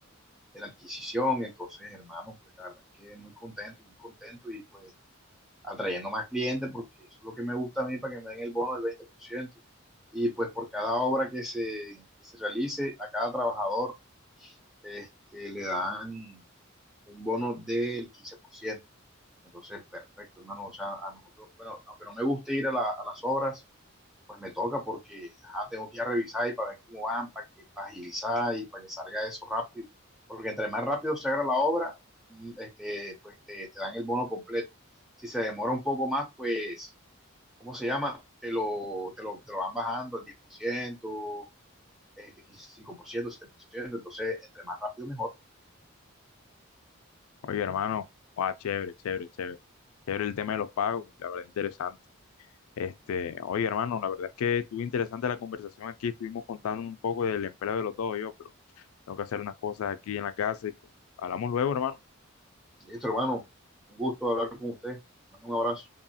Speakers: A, in the centre; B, on the left.
A: de la adquisición. Entonces, hermano, pues la verdad es que muy contento, muy contento y pues atrayendo más clientes porque eso es lo que me gusta a mí para que me den el bono del veinte por ciento Y pues por cada obra que se, que se realice, a cada trabajador este, le dan un bono del quince por ciento entonces, perfecto, hermano. O sea, a nosotros, bueno, aunque no me guste ir a, la- a las obras, pues me toca porque ajá, tengo que ir a revisar y para ver cómo van, para que para agilizar y para que salga eso rápido. Porque entre más rápido se haga la obra, mm, este, pues te, te dan el bono completo. Si se demora un poco más, pues, ¿cómo se llama? Te lo, te lo, te lo van bajando al diez por ciento este, cinco por ciento siete por ciento Entonces, entre más rápido, mejor.
B: Oye, hermano, guau, chévere, chévere, chévere. Chévere el tema de los pagos, la verdad, interesante. Este, oye, hermano, la verdad es que estuvo interesante la conversación aquí, estuvimos contando un poco del empleo de los dos, yo, pero tengo que hacer unas cosas aquí en la casa y pues hablamos luego, hermano.
A: Listo, hermano. Un gusto hablar con usted. Mando un abrazo,